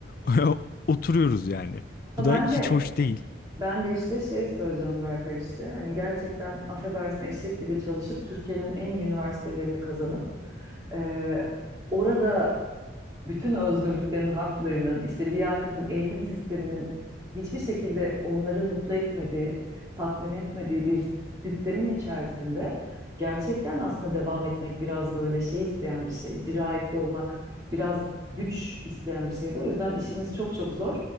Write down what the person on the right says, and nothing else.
Ama
Ben
de
ben de işte şey söyleyeceğim Berkay işte hani gerçekten affedersin eşek gibi çalışıp Türkiye'nin en iyi üniversitelerini kazanıp e, orada bütün özgürlüklerin, haklarının, işte liyakatın, eğitim sisteminin hiçbir şekilde onları mutlu etmediği, tatmin etmediği bir sistemin içerisinde gerçekten aslında devam etmek biraz böyle şey isteyen bir şey, dirayetli olmak biraz güç isteyen bir şeydi. O yüzden işiniz çok çok zor.